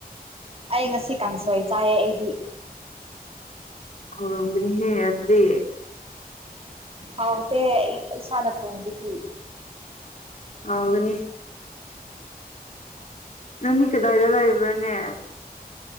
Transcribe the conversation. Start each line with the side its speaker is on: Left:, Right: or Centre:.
Right: ꯑꯩ ꯉꯁꯤ ꯀꯥꯡꯁꯣꯏ ꯆꯥꯏꯌꯦ ꯑꯩꯗꯤ
Left: ꯍꯧꯔꯝꯒꯅꯤꯍꯦ ꯑꯗꯨꯗꯤ
Right: ꯍꯥꯎꯗꯦ ꯏꯁꯥꯅ ꯊꯣꯡꯕꯒꯤ
Left: ꯍꯥꯎꯒꯅꯤ ꯅꯪ ꯀꯗꯧꯔ ꯂꯩꯔꯤꯕ ꯕꯔꯅꯦ